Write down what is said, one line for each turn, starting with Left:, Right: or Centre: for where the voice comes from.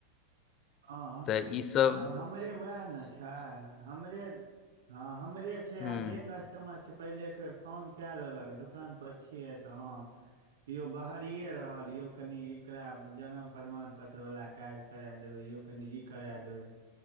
Right: हँ।
Left: तऽ ई सब
Right: आब हमरे वएह ने छै हमरे हँ हमरे छै
Left: हूँ
Right: आब जे कष्ट। केम्हर छै पहिले एक बेेर फोन केए लेलक दुकान पर छियै तऽ हँ। यौ बाहरिये रहल यौ कनि एकरा जनम प्रमाण पत्र वला काज करेए? देबै यो कनि ई करा देबैय